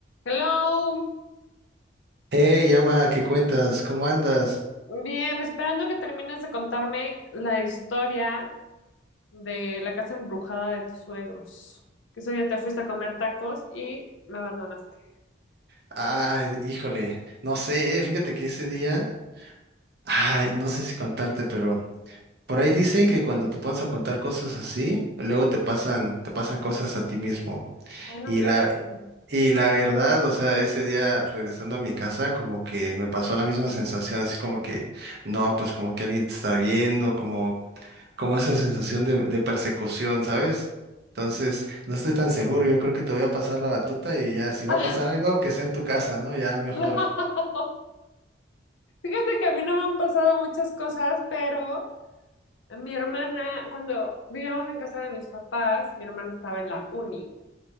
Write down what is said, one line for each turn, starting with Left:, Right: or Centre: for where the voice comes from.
Left: Hello,
Right: Hey, llama, ¿qué cuentas? ¿Cómo andas?
Left: bien, esperando que termines de contarme la historia de la casa embrujada de tus suegros. Que ese día te fuiste a comer tacos y me abandonaste.
Right: Ay, híjole, no sé, eh, fíjate que ese día, ay, no sé si contarte, pero por ahí dicen que cuando te pones a contar cosas así, luego te pasan, te pasan cosas a ti mismo.
Left: Ay, no,
Right: Y
Left: cállate.
Right: la, y la verdad, o sea, ese día regresando a mi casa, como que me pasó la misma sensación, así como que, no, pues como que alguien te está viendo, como esa sensación de, de persecución, ¿sabes? Entonces, no estoy tan seguro, yo creo que te voy a pasar la batuta y ya, si va
Left: Ah,
Right: a pasar algo, que sea en tu casa, ¿no? Ya mejor.
Left: <laughs> no. Fíjate que a mí no me han pasado muchas cosas, pero mi hermana, cuando vivíamos en casa de mis papás, mi hermana estaba en la uni